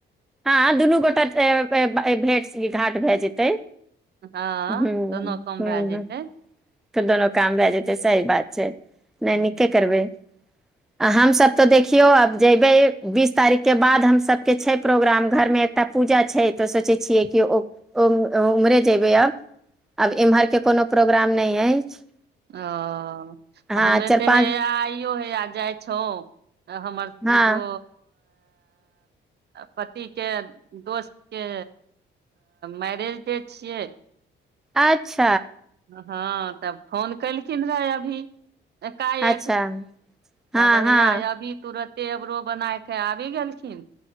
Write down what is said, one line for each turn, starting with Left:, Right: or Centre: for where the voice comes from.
Centre: हँ दुनू गोटा भेट घाट भए जेतै
Right: हँ
Centre: ह
Right: दुनू काम
Centre: ह
Right: भए जेतै
Centre: तऽ दुनू काम भए जेतै सही बात छै नहि
Right: हँ
Centre: नीके करबै आ हमसभ तऽ देखियौ आब जयबै बीस तारीखके बाद हमसभके छै प्रोग्राम घरमे एकटा पूजा छै तऽ सोचै छियै कि ओ उम्हरे जयबै आब अब एम्हर के कोनो प्रोग्राम न ए अछि
Right: ओ
Centre: हँ
Right: हमे
Centre: चारि
Right: तऽ
Centre: पाँच
Right: है आ हय जाइ छौ हमर
Centre: हँ
Right: एगो पतिके दोस्तके मैरेज डे छियै
Centre: अ्छा
Right: हँ तब फोन केलखिन रहय अभी एकाएक
Centre: अच्छा हँ
Right: तब हैया
Centre: हँ
Right: अभी तुरत एबरो बनाय के आबि गेलखिन